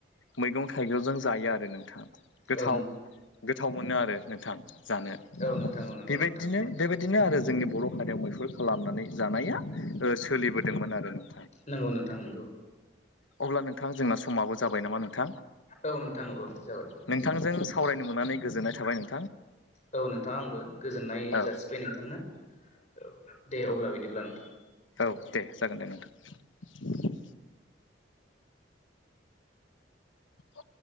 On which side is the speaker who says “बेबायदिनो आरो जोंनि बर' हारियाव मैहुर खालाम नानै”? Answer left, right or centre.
Left